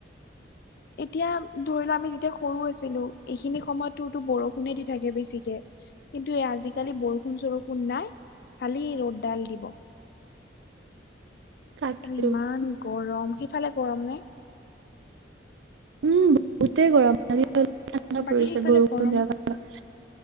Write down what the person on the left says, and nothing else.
এতিয়া ধৰি লোৱা আমি যেতিয়া সৰু আছিলো, এইখিনি সময়ত তোৰটো বৰষুণে দি থাকে বেছিকে। কিন্তু আজিকালি বৰষুণ-চৰষুণ নাই খালি ৰ'দডাল দিব।
আৰু ইমান গৰম। সেইফালে গৰম নে?
বাকী
সেইফালে
গৰম